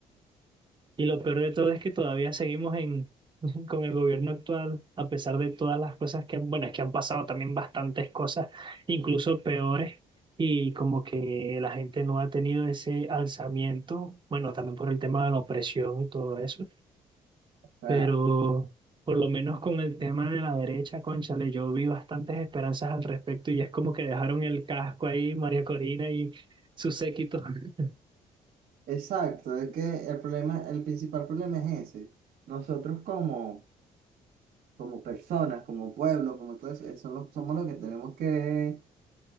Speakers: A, on the right; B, on the right.
A: Y lo peor de todo es que todavía seguimos en, <laughs> con el gobierno actual, a pesar de todas las cosas que, han- bueno, es que han pasado también bastantes cosas, incluso peores. Y como que la gente no ha tenido ese alzamiento, bueno, también por el tema de la opresión y todo eso
B: O sea,
A: pero por lo menos con el tema de la derecha, cónchale, yo vi bastantes esperanzas al respecto y es como que dejaron el casco ahí, María Corina y su séquito. <laughs>
B: exacto, es que el problema, el principal problema es ese. Nosotros como, como personas, como pueblo, como todo eso, eso lo- somos los que tenemos que